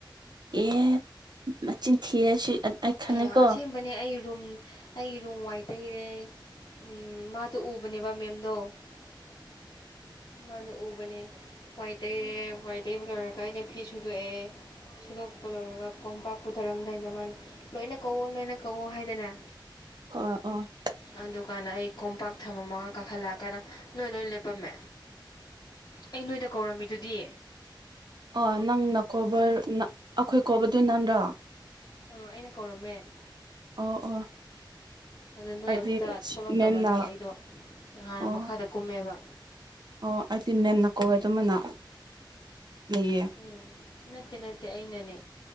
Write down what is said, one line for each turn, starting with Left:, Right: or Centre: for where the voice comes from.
Right: ꯑꯦ ꯅꯆꯤꯟ ꯊꯤꯌꯦ <unintelligible> ꯈꯪꯉꯦꯀꯣ
Left: ꯑꯌꯥ ꯑꯁꯦꯡ ꯕꯅꯦ ꯑꯩ ꯔꯨꯝ ꯑꯩꯒꯤꯔꯨꯝ ꯋꯥꯔ ꯇꯩꯔꯦ ꯎꯝ ꯃꯥꯗꯣ ꯎꯕꯅꯦꯕ ꯃꯦꯝ‌ ꯗꯣ <unintelligible> ꯃꯥꯅ ꯎꯕꯅꯦ ꯋꯥꯏ ꯇꯩꯔꯦ ꯋꯥꯏ ꯇꯩꯕ ꯂꯣꯏꯔꯒ ꯑꯩꯁꯦ ꯐꯤ ꯁꯨꯗꯣꯛꯑꯦ ꯁꯤꯗꯣꯛꯄ ꯂꯣꯏꯔꯒ ꯀꯣꯝꯄꯥꯛ ꯄꯨꯊꯔꯝꯗꯥꯏꯗ ꯃꯥꯅ ꯂꯣꯏꯅ ꯀꯧꯋꯣ ꯂꯣꯏꯅ ꯀꯧꯋꯣ ꯍꯥꯏꯗꯅ
Right: ꯍꯣꯢ ꯑꯣ
Left: ꯑꯗꯨꯀꯥꯟꯗ ꯑꯩ ꯀꯣꯝꯄꯥꯛ ꯊꯝꯃꯝꯃꯒ ꯀꯥꯈꯠꯂꯛꯑꯀꯥꯟꯗ ꯅꯣꯏ ꯂꯣꯢ ꯂꯦꯞꯄꯝꯃꯦ ꯑꯩ ꯅꯣꯏꯗ ꯀꯧꯔꯝꯃꯤꯗꯨꯗꯤ
Right: ꯑꯣ ꯅꯪꯅ ꯀꯣꯕꯥꯔ ꯅ ꯑꯩꯈꯣꯏ ꯀꯧꯕꯗꯨ ꯅꯪꯔꯥ
Left: ꯎꯝ ꯑꯩꯅ ꯀꯧꯔꯝꯃꯦ
Right: ꯑꯣ ꯑꯣ
Left: ꯑꯗꯣ ꯅꯣꯏ
Right: ꯍꯥꯏꯗꯤ
Left: ꯑꯝꯇ ꯊꯣꯛꯂꯛꯇꯕꯒꯤ
Right: ꯃꯦꯝꯅ
Left: ꯑꯩꯗꯣ ꯍꯥꯟꯅ
Right: ꯑꯣ
Left: ꯃꯈꯥꯗ ꯀꯨꯝꯃꯦꯕ
Right: ꯑꯣ ꯑꯩꯗꯤ ꯃꯦꯝꯅ ꯀꯧꯋꯦ ꯑꯗꯨꯃꯥꯢꯅ ꯂꯩꯌꯦ
Left: ꯎꯝ ꯅꯠꯇꯦ ꯅꯠꯇꯦ ꯑꯩꯅꯅꯦ